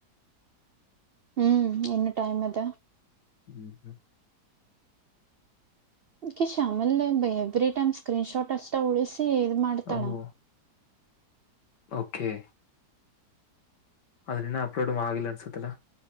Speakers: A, on the right; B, on the left.
A: ಹ್ಮ್ ಇನ್ನು ಟೈಮ್ ಅದ
B: ಹ್ಮ್ ಹ್ಮ
A: ಆಕಿ ಶ್ಯಾಮಲ ಎವ್ರರಿಟೈಮ್ ಸ್ಕ್ರೀನ್ ಶಾಟ್ ಅಷ್ಟಾ ಉಳಿಸ ಸಿ ಇದ ಮಾಡ್ತಳ
B: ಅವು ಓಕೆ ಅದ್ರ ಇನ್ನ ಅಪ್ಲೋಡ್ ಆಗಿಲ್ಲ ಅನ್ಸತ್ತಲ್ಲಾ